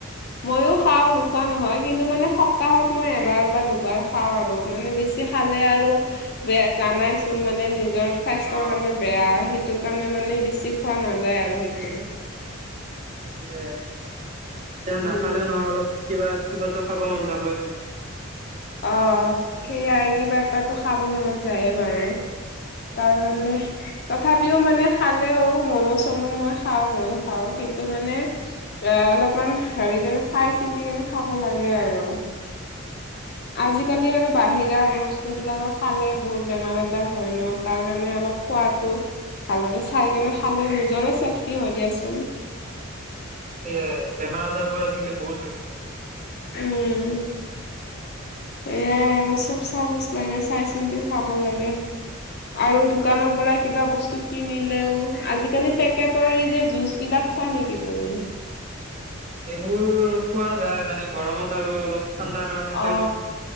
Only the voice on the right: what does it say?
অ
এ এয়া নাখালেও
নহয় অলপ কিবা কিবা ত খাব মন যাবই ন
উম
সেয়াই বেমাৰ আজাৰবোৰ আজিকিলি বহুত হৈ গৈছে
উম,
এইবোৰ খোৱা যায় মানে গৰমত আৰু অলপ ঠাণ্ডা কাৰণে খাই
দিওঁ।